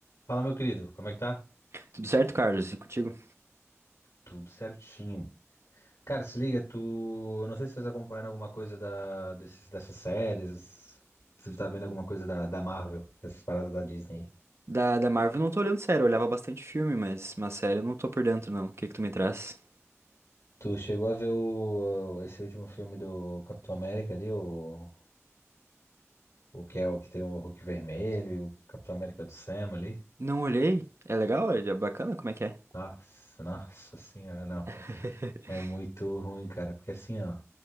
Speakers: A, on the left (about 75°); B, on the right (about 60°).
A: Fala, meu querido, como é que tá?
B: Tudo certo, Carlos? E contigo?
A: Tudo certinho. Cara, se liga, tu. eu Não sei se tu tá acompanhando alguma coisa da... desses... dessas séries. Se tu tá vendo alguma coisa da... da Marvel, essas paradas da Disney.
B: Da, da Marvel eu não tô olhando sério, eu olhava bastante filme, mas uma série eu não tô por dentro, não. O que que tu me traz?
A: Tu chegou a ver o... esse último filme do Capitão América ali, o... o que é o que tem o Hulk vermelho, e o Capitão América do Sam ali?
B: Não olhei? É legal? É bacana? Como é que é?
A: Nossa, nossa senhora, não.
B: <laughs>
A: É muito ruim, cara, porque assim, ó.